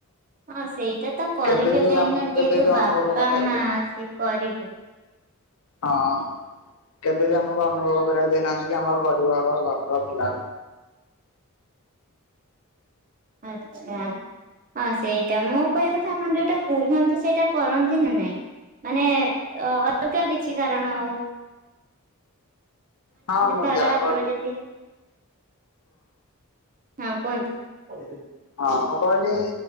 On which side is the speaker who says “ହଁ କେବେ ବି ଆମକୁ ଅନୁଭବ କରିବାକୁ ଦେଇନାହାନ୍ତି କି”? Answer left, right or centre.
Left